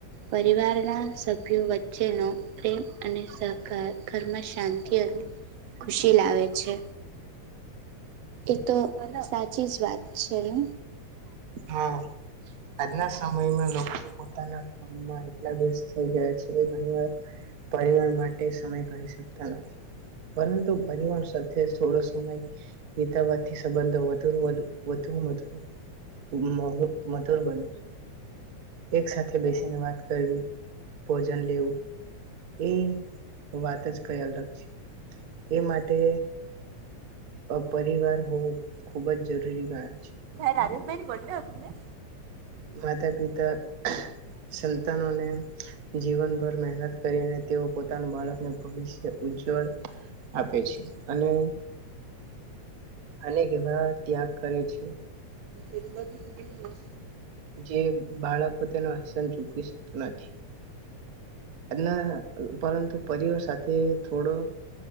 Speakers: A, on the right; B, on the right.
A: પરિવારના સભ્યો વચ્ચેનો પ્રેમ અને સહકાર ઘરમાં શાંતિ અને ખુશી લાવે છે એતો સાચી જ વાત છે એ
B: હા આજના સમયમાં લોકો પણ પોતાના કામમાં એટલા વ્યસથ થઈ ગયા છે ઘણી વાર પરિવાર માટે સમય કાઢી સકતુ નથી ના ના પરંતુ પરિવર સાથે થોડો સમય ગીતાવાથી સંબંધો વધુ વધુ વધુ <inaudible> <inaudible> મઘૂર બને છે એક સાથે બેસીને વાત કરવી ભોજન લેવું એ વાત જ કઈ અલગ છે એ માટે પરિવાર હોવો ખૂબ જ જરૂરી ગણાય છે
A: હરસ ભાઈ ની બથૅડે હતું ને
B: હ <inaudible> પિતા સંતાનોને જીવનભર મહેનત કરીને તેઓ પોતાના બાળકને ભવિષ્ય ઉજ્જવળ આપે છે અને અનેક એવા ત્યાગ કરે છે
A: એબ <inaudible>
B: જે બાળકો તેનો હશે પણ ચૂકવી શકતા નથી ના પરંતુ પરિવાર સાથે થોડો